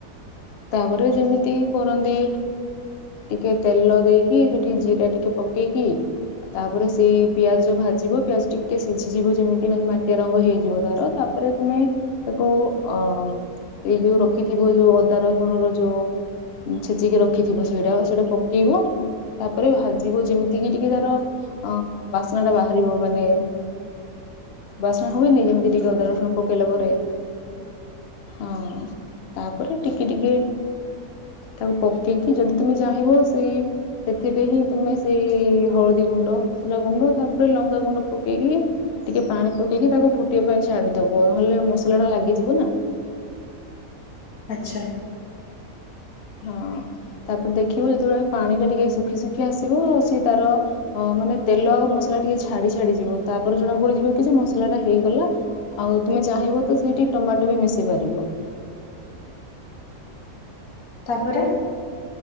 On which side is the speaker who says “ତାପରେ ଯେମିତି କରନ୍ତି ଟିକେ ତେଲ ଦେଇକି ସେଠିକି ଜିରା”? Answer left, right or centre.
Left